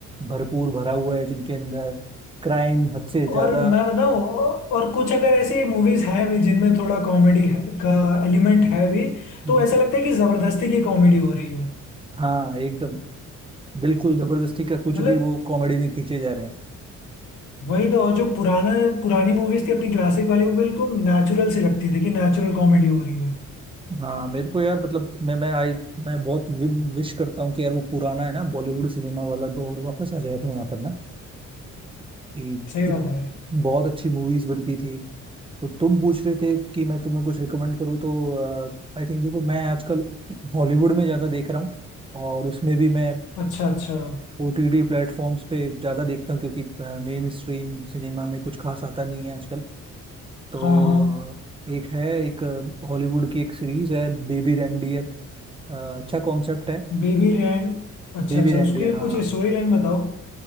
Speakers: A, on the right; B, on the left.
A: भरपूर भरा हुआ है जिनके अंदर क्राइम हद से ज्यादा
B: और मैं बताऊँ और कुछ अगर ऐसी मूवीज हैं भी जिनमें थोड़ा कॉमेडी का एलिमेंट है भी
A: हम्म।
B: तो ऐसा लगता है कि जबरदस्ती की कॉमेडी हो रही है
A: हाँ एकदम बिल्कुल जबरदस्ती का कुछ
B: मतलब
A: भी वो कॉमेडी में खींचे जा रहे हैं
B: वही तो और जो पुराना पुरानी मूवीज थी अपनी क्लासिक वाली वो बिल्कुल नेचुरल सी लगती थी कि नेचुरल कॉमेडी हो रही है
A: हाँ मेरे को यार मतलब मैं मैं आई मैं बहुत विश करता हूँ कि यार वो पुराना है ना बॉलीवुड सिनेमा वाला दौर वापस आ जाए अपने यहाँ पर ना कि
B: सही
A: इत,
B: बात है भाई
A: बहुत अच्छी मूवीज बनती थी तो तुम पूछ रहे थे कि मैं तुम्हें कुछ रिकमेंड करूँ तो आई थिंक देखो मैं आजकल बॉलीवुड में ज्यादा देख रहा हूँ और उसमें भी मैं
B: अच्छा अच्छा
A: ओटीटी प्लेटफॉर्म्स पे ज्यादा देखता हूँ क्योंकि मेन स्ट्रीम सिनेमा में कुछ खास आता नहीं है आजकल तो
B: हाँ हाँ
A: अ, एक है एक हॉलीवुड की एक सीरीज है बेबी रेंडियर अच्छा कॉन्सेप्ट है
B: Baby Rand अच्छा
A: डेवी
B: अच्छा
A: रेंडियर
B: उसके
A: हाँ
B: कुछ स्टोरी लाइन बताओ